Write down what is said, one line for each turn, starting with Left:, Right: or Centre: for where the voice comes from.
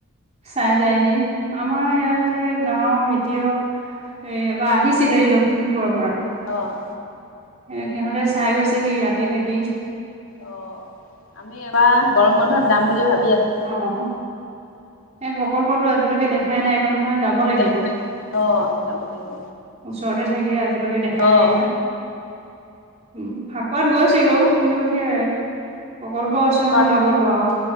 Right: চাই যায়হি, আমাৰ ইয়াতে গাঁওৰ মিতিৰৰ এ এবাৰ আহিছিলে, এই লখিমপুৰৰ পৰা
Left: অ'।
Right: এ সিহঁতে চাই গৈছে হি ৰাতি থাকি।
Left: অ', আমি এবাৰ গৰম বন্ধত যাম বুলি ভাবি আছো।
Right: অ'। এই প্ৰকল্পটো আজিলৈকে দেখাই নাই গৈ নহয়, যাব লাগিব।
Left: দে অ', যাব লাগিব
Right: ওচৰতে থাকিলে আজিলৈকে দেখাই
Left: অ',
Right: নাই গৈ, উম, ফাকুৱাত গৈছ ছিলো, কিন্তু সেই প্ৰকল্পৰ ওচৰলৈ
Left: চোৱা
Right: নগ'লো আৰু।